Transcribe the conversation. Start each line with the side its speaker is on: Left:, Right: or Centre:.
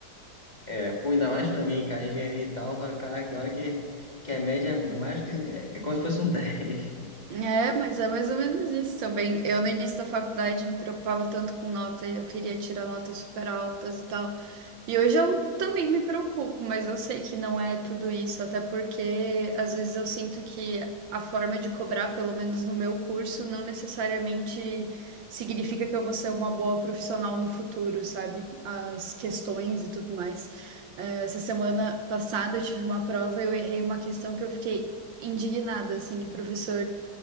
Left: É, pô, ainda mais pra mim, cara, engenharia e tal, eu falei, caraca, tem hora que, que a média é mais que, é, é como se fosse um <laughs> dez
Right: É, mas é mais ou menos isso também. Eu, no início da faculdade, me preocupava tanto com nota e eu queria tirar notas super altas e tal. E hoje eu também me preocupo, mas eu sei que não é tudo isso, até porque às vezes eu sinto que a forma de cobrar, pelo menos no meu curso, não necessariamente significa que eu vou ser uma boa profissional no futuro, sabe? As questões e tudo mais. Eh, Essa semana passada eu tive uma prova e eu errei uma questão que eu fiquei indignada, assim, que o professor